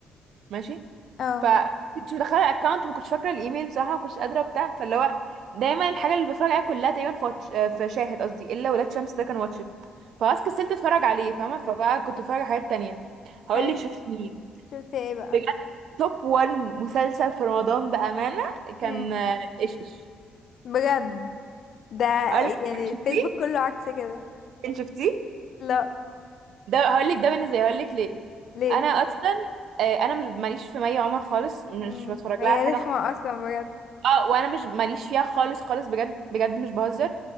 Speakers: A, on the right; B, on the left.
A: ماشي
B: اه
A: ف كنت مدخله الاكونت وما كنتش فاكره الايميل بصراحه ما كنتش قادره وبتاع فاللي هو دايما الحاجه اللي بتفرج عليها كلها تقريبا في واتش... آه، في شاهد قصدي الا ولاد شمس ده كان واتشت فخلاص كسلت اتفرج عليه فاهمه فبقى كنت بتفرج على حاجات تانية هقول
B: ايه
A: لك شفت مين
B: شفتي ايه بقى
A: بجد توب 1 مسلسل في رمضان بامانه كان
B: امم
A: آه، ايش ايش
B: بجد ده
A: هقول لك
B: يعني
A: شفتيه
B: الفيسبوك كله عكس كده
A: انت شفتيه
B: لا
A: ده هقول لك ده بالنسبه لي هقول لك ليه
B: ليه
A: انا اصلا آه، انا مش ماليش في مي عمر خالص مش
B: امم
A: بتفرج
B: هي
A: لها على حاجه
B: رخمه اصلا بجد
A: اه وانا مش ماليش فيها خالص خالص بجد بجد مش بهزر